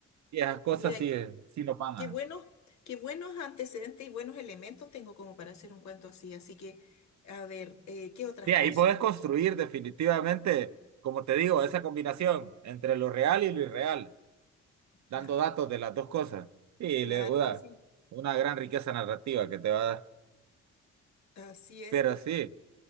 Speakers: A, on the right; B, on the left.
A: Y esas cosas
B: Mira,
A: sí,
B: qué,
A: eh, sí nos van
B: qué
A: a...
B: buenos, qué buenos antecedentes y buenos elementos tengo como para hacer un cuento así. Así que, a ver, eh, ¿qué otras
A: Sí, ahí
B: cosas?
A: puedes construir definitivamente, como te digo, esa combinación entre lo real y lo irreal, dando
B: Claro,
A: datos de las dos cosas. Y
B: claro
A: le una,
B: que sí.
A: una gran riqueza narrativa que te va a dar.
B: Así es.
A: Pero sí,